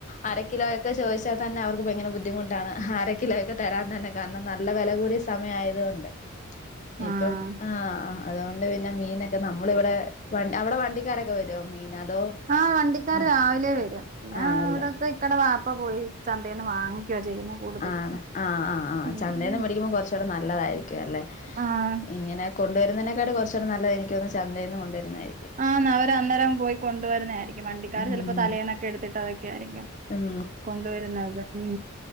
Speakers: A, on the left; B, on the right.
A: അരക്കിലോയൊക്കെ ചോദിച്ചാൽ തന്നെ അവർക്ക് ഭയങ്കര ബുദ്ധിമുട്ടാണ്. അര കിലോ ഒക്കെ തരാൻ തന്നെ കാരണം നല്ല വില കൂടി- സമയായതൊണ്ട് ഇപ്പം
B: ആഹ്
A: ആഹ് അതുകൊണ്ട് പിന്നെ മീനൊക്കെ നമ്മള് ഇവിടെ വ അവിടെ വണ്ടിക്കാരൊക്കെ വരോ? മീൻ അതോ
B: ആഹ് വണ്ടിക്കാര്
A: ആഹ്
B: രാവിലെ വരും. പിന്നെ
A: ആണല്ലേ
B: ഇവിടത്തെ ഇക്കാട വാപ്പ പോയി ചന്തേന്ന് വാങ്ങിക്കുവ ചെയ്യുന്നെ. കൂടുതലും
A: ആഹ് ആഹ് ആഹ് ആഹ്
B: ഉം
A: ചന്തേന്ന് മേടിക്കുമ്പോ കൊറച്ചൂടി നല്ലതായിരിക്കുല്ലെ
B: ആഹ്
A: ഇങ്ങനെ കൊണ്ടുവരുന്നതിനേക്കാട്ടി കൊറച്ചുകൂടെ നല്ലത് എനക്ക്തോന്ന് ചന്തേൽന്ന് കൊണ്ടുവരുന്നതായിരിക്കും.
B: ആന്ന് അവര് അന്നേരം പോയി കൊണ്ടുവരുന്നതായിരിക്കും. വണ്ടിക്കാര്
A: ഉം
B: ചെലപ്പോ തലേന്നൊക്കെ എടുത്തിട്ടതൊക്കെ ആയിരിക്കും
A: ഉം
B: കൊണ്ടുവരുന്നത്. ഉം